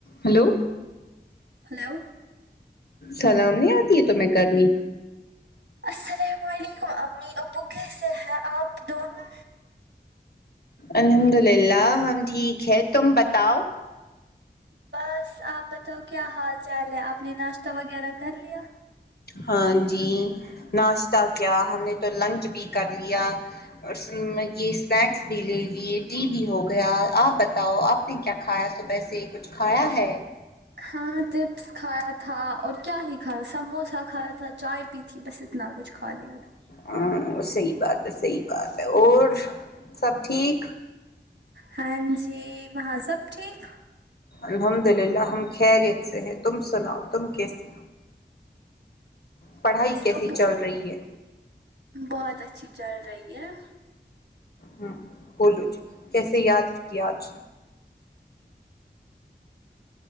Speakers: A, on the left; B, on the right.
A: hello
B: hello
A: سلام نہیں آتی ہے تو میں کرنی
B: السلام علیکم امی ابو کیسے ہیں آپ دونوں
A: الحمد للہ ہم ٹھیک ہے تم بتاؤ
B: بس آپ بتاؤ کیا حال چال ہے آپ نے ناشتہ وغیرہ کر لیا
A: ہاں جی ناشتہ کیا ہم نے تو لنچ بھی کر لیا اور یے اسنیکس بھی لے لیے ٹی بھی ہو گیا آپ بتاؤ آپ نہیں کیا کھایا صبح سے کچھ کھایا ہے
B: ہاں چپس کھایا تھا اور کیا ہی کھایا سموسا کھایا تھا چائے پی کی بس اتنا کچھ کھا لیا تھا
A: ہاں صحی بات صحی بات ہے اور سب ٹھیک
B: ہاں جی وہاں سب ٹھیک
A: الحمد للہ ہم خیریت سے ہیں تم سناؤ تم کیسے پڑھائی
B: بس
A: کیسی
B: ابو
A: چل رہی ہے
B: بہت اچھی چل رہی ہے
A: ہ بولو جی کیسے یاد کیا آج